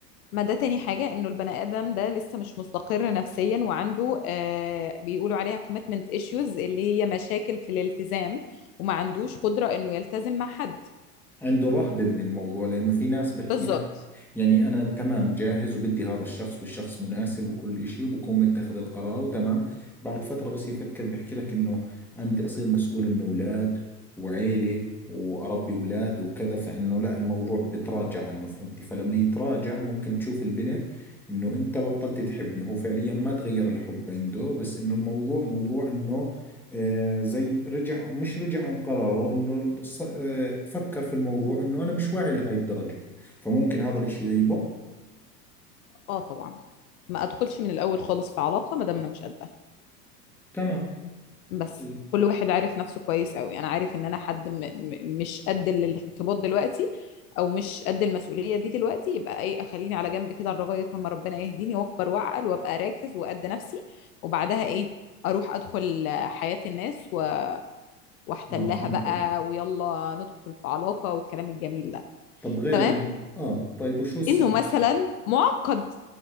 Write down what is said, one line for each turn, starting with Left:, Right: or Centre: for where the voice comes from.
Left: ما ده تاني حاجة انه البني ادم ده لسه مش مستقر نفسيا وعنده آه بيقولوا عليها commitment issues اللي هي مشاكل في الالتزام وما عندوش قدرة انه يلتزم مع حد
Centre: عنده رهبة من الموضوع لأنه في ناس بحكي
Left: بالظبط
Centre: لك يعني أنا تمام جاهز وبدي هذا الشخص والشخص مناسب وكل إشي وبكون متخذ القرار وتمام بعد فترة بس يفكر بحكي لك إنه أنا بدي أصير مسؤول من أولاد وعيلة وأربي أولاد وكذا فإنه لا الموضوع بتراجع عنه فهمتي فلما يتراجع ممكن تشوف البنت إنه أنت بطلت تحبني هو فعليا ما تغير الحب عنده بس إنه الموضوع موضوع إنه آه، زي رجع مش رجع عن قراره انه الص- آه، فكر في الموضوع انه انا مش واعي لهي الدرجة فممكن هذا الاشي يعيبه
Left: اه طبعا ما ادخلش من الاول خالص في علاقة ما دام انا مش قد
Centre: تمام
Left: بس
Centre: طيب.
Left: كل واحد عارف نفسه كويس قوي انا عارف ان انا حد م م مش قد الارتباط دلوقتي او مش قد المسؤوليه دي دلوقتي يبقى ايه اخليني على جنب كده لغايه لما ربنا يهديني واكبر واعقل وابقى راكز وقد نفسي وبعدها ايه اروح ادخل حياه الناس و- واحتلها
Centre: اه فهمت
Left: بقى
Centre: عليك
Left: ويلا ندخل في علاقه والكلام الجميل ده
Centre: طب غير
Left: تمام
Centre: ال... اه طيب وشو السبب
Left: انه مثلا معقد